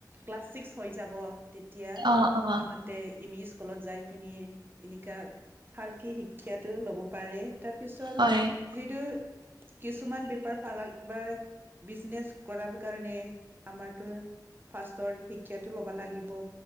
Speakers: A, on the right; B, on the right.
A: ক্লাছ ছিক্স হৈ যাব তেতিয়া
B: অ', অ',
A: ইহতে ইমি স্কুলত যাই কিনি ইনেকা ভালকে শিক্ষাটো লব পাৰে তাৰ পিছৰ
B: হয়,
A: যিটো কিছুমান বেপাৰ ফালাক বা বিজনেছ কৰা কাৰণে আমাৰতো ফাৰ্ষ্টৰ শিক্ষাটো ল'ব লাগিব।